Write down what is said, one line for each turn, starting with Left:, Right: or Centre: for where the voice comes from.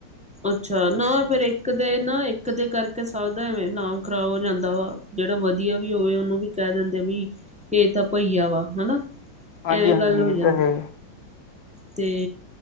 Centre: ਅੱਛਾ ਨਾ ਫੇਰ ਇੱਕ ਦੇ ਨਾ, ਇੱਕ ਦੇ ਕਰਕੇ, ਸਭ ਦਾ ਐਵੇਂ ਨਾਮ ਖ਼ਰਾਬ ਹੋ ਜਾਂਦਾ ਵਾ। ਜਿਹੜਾ ਵਧੀਆ ਵੀ ਹੋਵੇ ਉਹਨੂੰ ਵੀ ਕਹਿ ਦਿੰਦੇ ਆ ਵੀ, ਇਹ ਤਾਂ ਭਈਆ ਵਾ ਹਨਾ।
Left: ਹਾਂਜੀ
Centre: ਐ
Left: ਹਾਂਜੀ
Centre: ਗੱਲ ਹੋ
Left: ਇਹ
Centre: ਜਾਂਦੀ
Left: ਤਾਂ ਹੈ
Centre: ਆ। ਤੇ